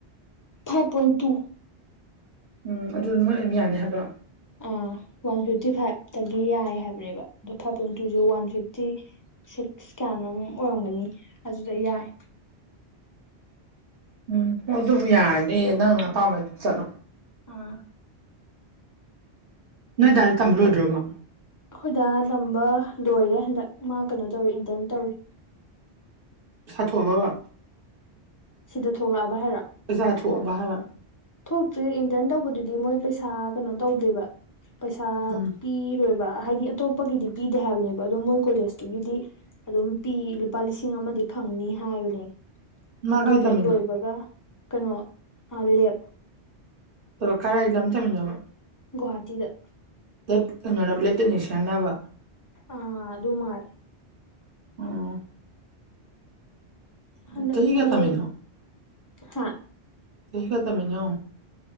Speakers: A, on the left; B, on the right.
A: ꯐꯥꯏꯚ ꯄꯣꯏꯟ ꯇꯨ
B: ꯎꯝ ꯑꯗꯨꯗ ꯃꯣꯏ ꯑꯗꯨꯝ ꯌꯥꯅꯤ ꯍꯥꯏꯕ꯭ꯔꯣ
A: ꯑ ꯋꯥꯟ ꯐꯤꯐꯇꯤ ꯐꯥꯏꯚꯇꯒꯤ ꯌꯥꯏ ꯍꯥꯏꯕꯅꯦꯕ ꯑꯗꯣ ꯐꯥꯏꯚ ꯄꯣꯏꯟ ꯇꯨꯁꯦ ꯋꯥꯟ ꯐꯤꯐꯇꯤ ꯁꯤꯛꯁ ꯀꯌꯥꯅꯣ ꯑꯣꯏꯔꯝꯒꯅꯤ ꯑꯗꯨꯗ ꯌꯥꯏ
B: ꯎꯝ ꯍꯣ ꯑꯗꯨꯕꯨ ꯌꯥꯔꯗꯤ ꯅꯪ ꯑꯄꯥꯝꯕ ꯑꯗꯨ ꯆꯠꯂꯣ
A: ꯑꯥ
B: ꯅꯣꯏ ꯗꯥꯗꯤ ꯇꯝꯕ ꯂꯣꯏꯗꯣꯔꯕꯣ
A: ꯑꯩꯈꯣꯏ ꯗꯥ ꯇꯝꯕ ꯂꯣꯏꯔꯦ ꯍꯟꯗꯛ ꯃꯥ ꯀꯩꯅꯣ ꯇꯧꯔꯤ ꯏꯟꯇꯔꯟ ꯇꯧꯔꯤ
B: ꯄꯩꯁꯥ ꯊꯣꯛꯑꯕ ꯕꯥ
A: ꯁꯤꯗ ꯊꯣꯛꯂꯛꯑꯕ ꯍꯥꯏꯔꯣ
B: ꯕꯖꯥꯔ ꯊꯣꯛꯑꯕ ꯍꯥꯏꯕ
A: ꯊꯣꯛꯇ꯭ꯔꯤ ꯏꯟꯇꯔꯟ ꯇꯧꯕꯗꯨꯗꯤ ꯃꯣꯏ ꯄꯩꯁꯥ ꯀꯩꯅꯣ ꯇꯧꯗꯦꯕ ꯄꯩꯁꯥ
B: ꯎꯝ
A: ꯄꯤꯔꯣꯏꯕ ꯍꯥꯏꯗꯤ ꯑꯇꯣꯞꯄꯒꯤꯗꯤ ꯄꯤꯗꯦ ꯍꯥꯏꯕꯅꯦꯕ ꯑꯗꯣ ꯃꯣꯏ ꯀꯣꯂꯦꯖꯇꯨꯒꯤꯗꯤ ꯑꯗꯨꯝ ꯄꯤ ꯂꯨꯄꯥ ꯂꯤꯁꯤꯡ ꯑꯃꯗꯤ ꯐꯪꯅꯤ ꯍꯥꯏꯕꯅꯦ
B: ꯃꯥ
A: ꯑꯗꯨ
B: ꯀꯥꯏ ꯇꯝꯃꯤꯅꯣ
A: ꯍꯦꯛ ꯂꯣꯏꯕꯒ ꯀꯩꯅꯣ ꯑ ꯂꯦꯞ
B: ꯑ ꯀꯔꯥꯏ ꯂꯝ ꯊꯝꯃꯤꯅꯣꯕ
A: ꯒꯣꯍꯥꯇꯤꯗ
B: ꯂꯦꯞ ꯀꯩꯅꯣꯔꯥꯕ ꯂꯦꯞ ꯇꯦꯛꯅꯤꯁꯤꯌꯟꯔꯕ
A: ꯑ ꯑꯗꯨ ꯃꯥꯜꯂꯦ
B: ꯑꯣ
A: ꯍꯟꯗꯛ
B: ꯆꯍꯤ ꯀꯌꯥ
A: ꯃꯣꯏ
B: ꯇꯝꯃꯤꯅꯣ
A: ꯍꯥ
B: ꯆꯍꯤ ꯀꯌꯥ ꯇꯝꯃꯤꯅꯣ